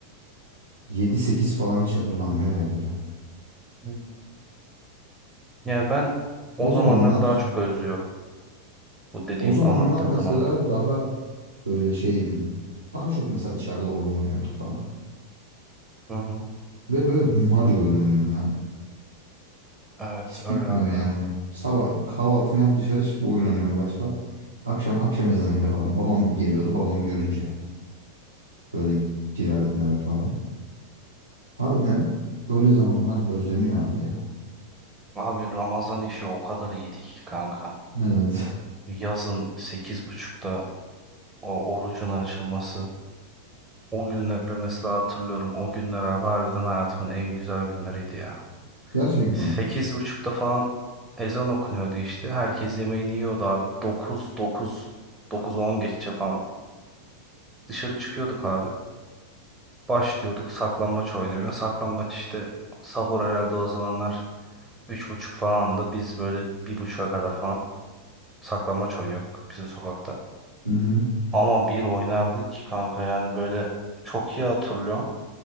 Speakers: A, on the right; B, on the right.
A: 7-8 falan hiç hatırlanmıyor ya böyle.
B: Hı. Yani ben o
A: O zamanlar
B: zamanları daha çok özlüyorum. Bu dediğim
A: O zamanlar
B: anlattığım
A: mesela
B: zamanları.
A: daha böyle şeydim. Daha çok mesela dışarıda oyun oynuyorduk falan.
B: Hı hı.
A: Ve böyle hunharca oyun oynuyorsun abi.
B: Evet
A: Hiç
B: öyle
A: bitmiyor
B: harbiden.
A: yani oyun. Sabah kahvaltını yap dışarı çık oyun oynamaya başla. Akşam akşam ezanıyla falan. Babam geliyordu babamı görünce. Böyle girerdim eve falan. Harbiden öyle zamanlar özleniyor abi ya.
B: Abi Ramazan işi o kadar iyiydi ki kanka.
A: Evet.
B: Yazın sekiz buçukta o orucun açılması. O günleri mesela hatırlıyorum. O günler abi harbiden hayatımın en güzel günleriydi ya.
A: <laughs> Gerçek
B: 8.30'da
A: mi?
B: falan ezan okunuyordu işte. Herkes yemeğini yiyordu abi. Dokuz dokuz dokuz on geçe falan. Dışarı çıkıyorduk abi. Başlıyorduk saklambaç oynamaya. Saklambaç işte sahur herhalde o zamanlar 3.30 falandı. Biz böyle 1.30'a kadar falan saklambaç oynuyorduk bizim sokakta.
A: Hı hı.
B: Ama bir oynardık ki kanka yani böyle çok iyi hatırlıyorum.